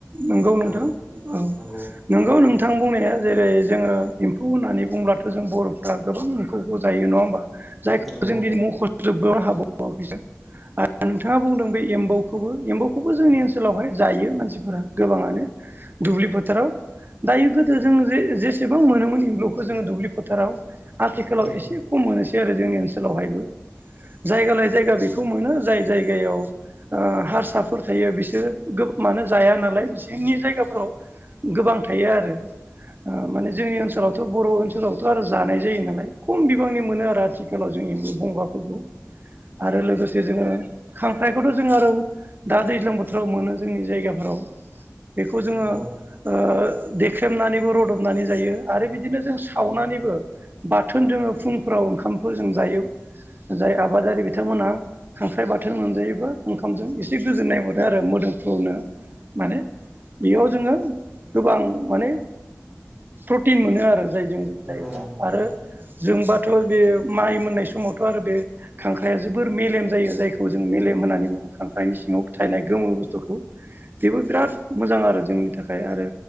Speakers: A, on the right; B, in the centre.
A: नंगौ नोंथां
B: औ
A: औ
B: नंगौ
A: नंगौ
B: दे
A: नों थां बुंनाया जेरै जोङो एम्फौ होननानै बुंब्लाथ' जों बर'फ्रा गोबां एम्फौखौ जायो नङा होमबा जायखौ
B: नंगौ
A: जों दिनै मुंख'जोबनो हागौ अ बिसोर नोंथाङा बुंदों बे एम्बौखौबो एम्बौखौ बेखौबो जोंनि ओनसोलावहाय जायो मानसिफोरा गोबाङानो दुब्लि फोथाराव दायो गोदो जों जे-जेसेबां मोनोमोन एमब्लुखौ जोङो दुब्लि फोथाराव आथिखालाव
B: उम
A: एसे खम मोनोसै आरो जोंनि ओनसोलावहायबो जायगा लाय जायगा
B: नंगौ
A: बेखौ मोनो जाय जायगायाव ओ हारसा फोर थायो बिसोरो मानो जाया नालाय बिसोरनि जायगाफोराव गोबां थायो आरो माने जोंनि ओनसोलावथ' बर' ओनसोलावथ' आरो जानाय जायो नालाय खम बिबांनि मोनो आरो आथिखाला व जों एम्बु बंगाफोरखौ आरो लोगोसे जोङो खांख्राइखौथ' जों आरो दा दैज्लां बोथोराव मोनो जोंनि जायगाफोराव बेखौ जोङो
B: नंगौ
A: ओ देख्रेमनानैबो रदबनानै जायो आरो बिदिनो जों सावनानैबो बाथोन जोङो फुंफोराव ओंखामफोरजों जायो जाय आबादारि बिथांमोनहा खांख्राइ बाथोन मोनजायोबा ओंखामजों एसे गोजोननाय मोनो आरो मोदोमफ्रुनो माने बेयाव जोङो गोबां माने प्रटिन मोनो आरो जाय जों जायोब्ला
B: नंगौ नंगौ नोंथां
A: आरो जोंबाथ' बे माइ मोननाय समावथ' आरो बे खांख्राइाया जोबोर मेलेम जायो जायखौ जों मेलेम होन्नानै बुङो खांख्राइनि सिङाव थायनाय गोमो बुस्थुखौ बेबो बिराद मोजां आरो जोंनि थाखाय आरो